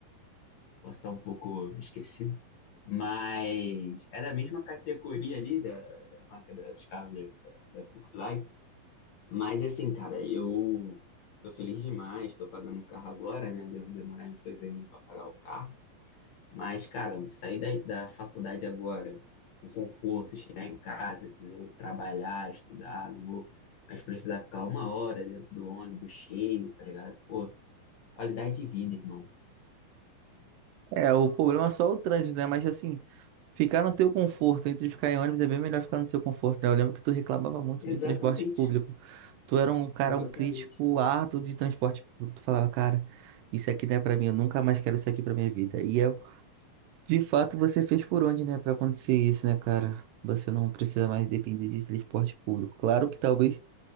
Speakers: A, on the left; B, on the right.
A: posso estar um pouco esquecido. Mas é da mesma categoria ali da, da marca da- dos carros da, da da Volkswagen. Mas assim, cara, eu tô feliz demais, tô pagando o carro agora, né? Devo demorar uns dois anos pra pagar o carro. Mas, cara, sair da, da faculdade agora com conforto, chegar em casa, entendeu? Trabalhar, estudar, não vou mais precisar ficar uma hora dentro do ônibus cheio, tá ligado? Pô, qualidade de vida, irmão.
B: É, o problema é só o trânsito, né? Mas assim, ficar no teu conforto, entre ficar em ônibus é bem melhor ficar no seu conforto, né? Eu lembro que tu reclamava muito
A: Exatamente,
B: de transporte público. Tu era um cara,
A: exatamente.
B: um crítico árduo de transporte público. Tu falava, cara, isso aqui não é pra mim, eu nunca mais quero isso aqui pra minha vida. E é, de fato, você fez por onde, né, pra acontecer isso, né, cara? Você não precisa mais depender de transporte público. Claro que talvez